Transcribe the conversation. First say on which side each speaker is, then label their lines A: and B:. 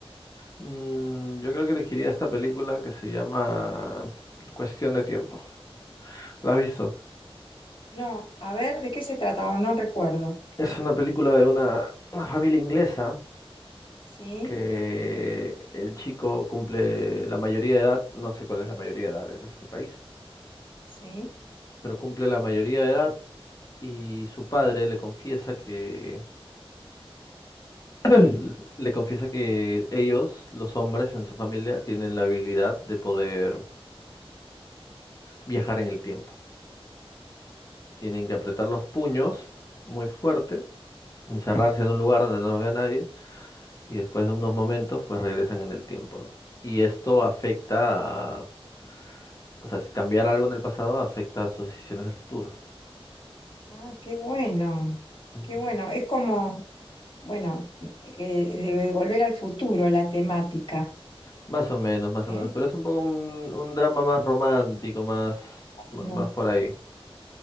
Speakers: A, on the left; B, on the left.
A: Mm, yo creo que elegiría esta película que se llama Cuestión de Tiempo. ¿La has visto?
B: No, a ver, ¿de qué se trata? Oh, no recuerdo.
A: Es una película de una, una familia inglesa
B: ¿Sí?
A: que el chico cumple la mayoría de edad, no sé cuál es la mayoría de edad en este país,
B: ¿Sí?
A: pero cumple la mayoría de edad y su padre le confiesa que <coughs> <clears throat> le confiesa que ellos, los hombres en su familia, tienen la habilidad de poder viajar en el tiempo. Tienen que apretar los puños muy fuerte encerrarse en un lugar donde no nos vea nadie y después de unos momentos pues regresan en el tiempo, ¿no? Y esto afecta a, o sea, si cambiar algo en el pasado afecta a sus decisiones del futuro.
B: Ah, qué bueno,
A: Entonces,
B: qué bueno. Es como, bueno, eh, de, de volver al futuro la temática,
A: más o menos, más
B: ¿eh?
A: o menos, pero es un poco un, un drama más romántico, más,
B: Claro.
A: ma- más por ahí.